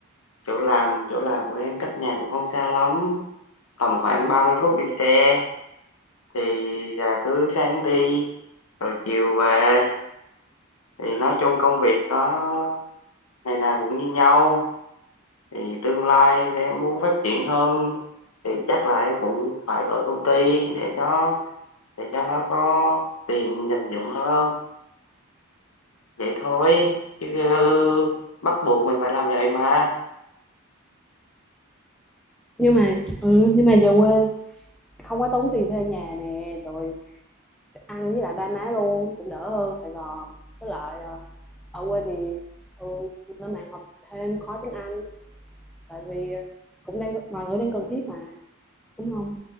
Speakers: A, on the left; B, in the centre.
A: chỗ làm chỗ làm của em cách nhà cũng không xa lắm tầm khoảng 30 phút đi xe thì là cứ sáng đi rồi chiều về thì nói chung công việc nó ngày nào cũng như nhau thì tương lai em muốn phát triển hơn thì chắc là em cũng phải đổi công ty để cho để cho nó có tiền dành dụm hơn vậy thôi chứ ừ, bắt buộc mình phải làm vậy mà
B: nhưng mà ừ nhưng mà về quê không có tốn tiền thuê nhà nè rồi ăn với lại ba má luôn cũng đỡ hơn Sài Gòn với lại ờ, ở quê thì ừ lên mạng học thêm khóa tiếng Anh tại vì ờ, cũng đang ngoài ngữ đang cần thiết mà đúng không